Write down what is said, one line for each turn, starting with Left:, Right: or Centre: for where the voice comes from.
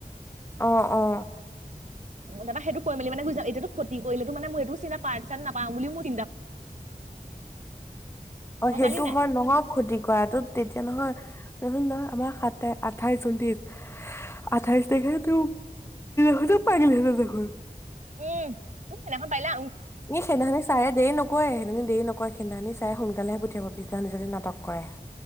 Left: অ' অ'।
Right: তাৰপৰা সেইটো কৰি মেলি মানে গুচি যাম, এইটো খতি কৰিলেটো মানে মোৰ এইটো চিন্তা পাৰ্ত চাৰ্ট নাপাম বুলি ম
Left: অ'
Right: গম
Left: সেইটো
Right: পালি নাই
Left: হয় নহওঁক খতি কৰাটো তেতিয়া নহয় নচুোন নহয় আমাৰ সাতাই আঠাইশ জণ্টিত আঠাইশ তাৰিখে ত পখ পাইাগিলেহেতে দেখোন <unintelligible>
Right: উম উম‌ সেইদিনাখন পাৰিলে
Left: ই সেইদিনাখনি ছাৰে দেৰি নকৰে, সেইদিনা দেৰি নকৰে। সিইদিনা খনি ছাৰে সোনকালেহে পঠিয়াব পিছদিনা খনি যদি নাটক কৰাই